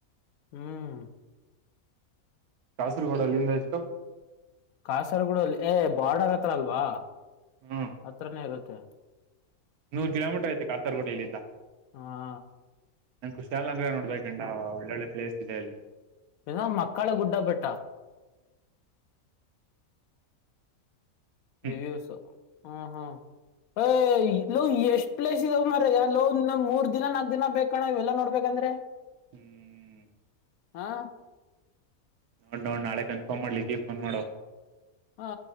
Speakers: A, on the left; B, on the right.
A: ಹ್ಮ್
B: ಕಾಸರಗೋಡ ಅಲ್ಲಿಂದ ಎಷ್ಟು
A: ಕಾಸರಗೋಡಲ್ಲಿ ಏ ಬಾರ್ಡರ್ ಹತ್ರ ಅಲ್ವಾ
B: ಹ್ಮ್
A: ಹತ್ರನೇ ಇರುತ್ ತೆ
B: ನೂರ್ ಕಿಲೋಮೀಟರ್ ಐತೆ ಕಾಸರ್ಗೋಡ್ ಇಲ್ಲಿಧ
A: ಹಾ
B: ನನ್ ಕುಶಾಲ ನಗ್ರ ನೋಡ್ಬೇಕಂಡ ಒಳ್ಳೊಳ್ಳೆ ಪ್ಲೇಸ್ ಇದೆ ಅಲ್ಲಿ
A: ಇನ್ನುಾ ಮಕ್ಕಳ ಗುಡ್ಡಬೆಟ್ಟಾ
B: ಹ್ಮ್
A: ರಿವ್ಯೂಸ್ ಹೂ ಹೂ ಎ ಲೋ ಎಷ್ಟ್ ಪ್ಲೇಸ್ ಇದಾವ್ ಮಾರಾಯ ಲೋ ಎನ್ನ ಮೂರ್ ದಿನ ನಾಕ್ ದಿನ ಬೇಕಣ ಇವೆಲ್ಲಾ ನೋಡ್ಬೇಕ್ ಅಂದ್ರೆ
B: ಹ್ಮ್
A: ಹಾ
B: ನೋಡ್ ನೋಡ್ ನಾಳೆ ಕನ್ಫರ್ಮ್ ಮಾಡ್ಲಿ ಲಿಕೀಗ್ ಫೋನ್ ಮಾಡೋ
A: ಹಾ